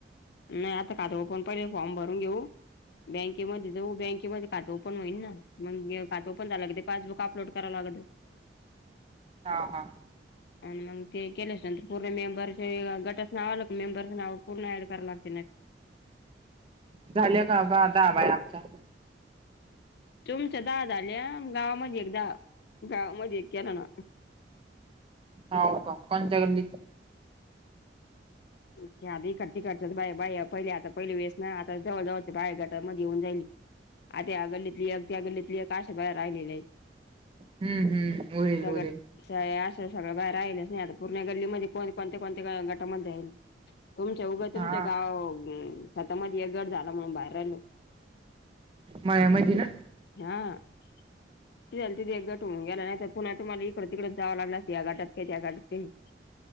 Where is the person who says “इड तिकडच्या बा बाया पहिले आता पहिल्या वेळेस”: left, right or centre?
Left